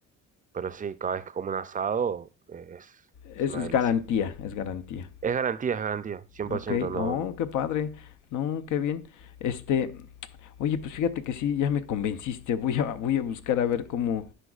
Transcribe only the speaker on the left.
Es,
es
garantía, es garantía.
Ok,
oh, qué padre, no, qué bien. Este, oye, pues fíjate que sí, ya me convenciste, voy a, voy a buscar a ver cómo,